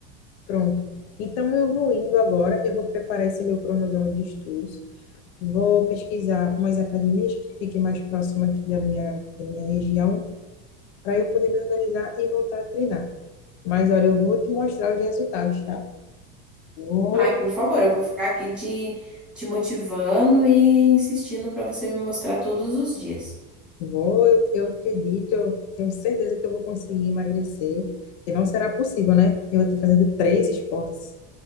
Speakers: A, on the left; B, in the centre.
A: Pronto. Então, eu vou indo agora, eu vou preparar esse meu cronograma de estudos, vou pesquisar umas academias que fiquem mais próximas aqui da minha, da minha região, para eu poder me organizar e voltar a treinar. Mas, olha, eu vou te mostrar os resultados, tá? Vou,
B: Ai, por favor, eu vou ficar aqui te, te motivando e insistindo para você me mostrar todos os dias.
A: vou, eu, eu acredito, eu tenho certeza que eu vou conseguir emagrecer, que não será possível, né? Eu estou fazendo três esportes.